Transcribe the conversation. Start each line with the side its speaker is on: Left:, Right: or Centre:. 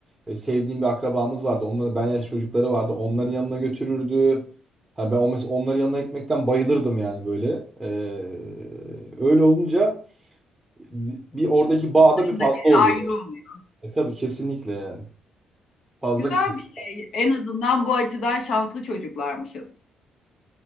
Right: e, sevdiğim bir akrabamız vardı. Onların ben yaş çocukları vardı. Onların yanına götürürdü. Ha ben o mesela onların yanına gitmekten bayılırdım yani böyle. E, öyle olunca bi- bir oradaki bağ
Left: Onların
Right: da bir fazla
Left: da yeri
Right: oluyor
Left: ayrı
Right: yani.
Left: oluyor.
Right: E, tabii kesinlikle yani. Fazla
Left: Güzel
Right: geliyor.
Left: bir şey. En azından bu açıdan şanslı çocuklarmışız.